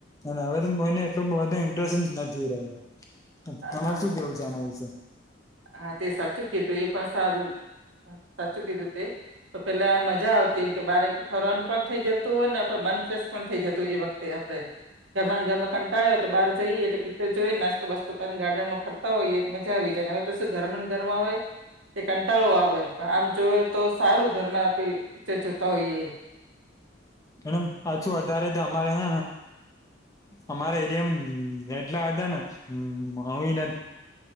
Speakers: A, on the left; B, on the right.
A: હવે તોઈને એટલો બો ઇન્ટરેસ્ટ નથી રહ્યો, તમારે
B: હા
A: શું કેવું છે આના વિશે?
B: હા તે સાચું કીધું એ પણ સારું, સાચું કીધું તે. તો પેલા મજા આવતી એમ કે બારેક ફરવાનું પણ થઈ જતું ને મન ફ્રેશ પણ થઈ જતું એ વખત. તે આપડણે. ઘરમાં ઘરમાં કંટાળ્યો તો બાર જઈએટલે પિક્ચર જોઈ નાસ્તો બાસ્તો કરીને ગાર્ડમાં ફરતા હોઈએ એટ મજા આવી જાય હવે પછ ઘર ઘરમાં હોય. તે કંટાળો આવે પણ આમ જોવે તો સારું ઘરમાં આપી પિક્ચર જોતા હોઈએ.
A: એમ પાછું વધારે તો અમારે હ અમારા એરિયામાં એટલા હતા ને હ હને.